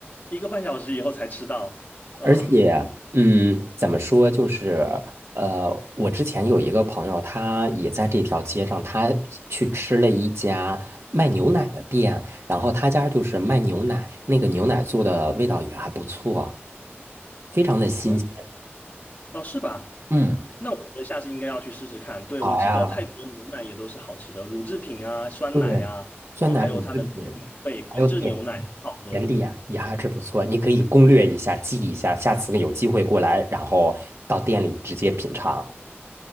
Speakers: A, on the left; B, on the right.
A: 一个半小时以后才吃到，啊、
B: 而且，嗯，怎么说，就是，呃，我之前有一个朋友，他也在这条街上，他去吃了一家卖牛奶的店，然后他家就是卖牛奶，那个牛奶做的味道也还不错，非常的新鲜。
A: 嗯，哦，是吧？
B: 嗯，
A: 那我觉得下次应该要去试试看。对，
B: 好呀，
A: 我记得泰国牛奶也都是好吃的，乳制品啊、酸奶呀，
B: 对，
A: 然后还有它的
B: 酸奶乳制品，
A: 对明治牛奶好喝。
B: 还有点心甜点也还是不错，你可以攻略一下，记一下，下次有机会过来，然后到店里直接品尝。